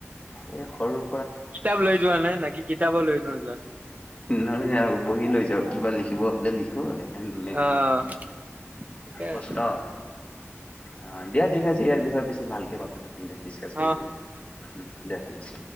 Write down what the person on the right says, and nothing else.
কিতাপ লৈ যোৱা নাই নে কি কিতাপো লৈ নোযোৱা?
অ', ঠিকে
আছে।
অ'।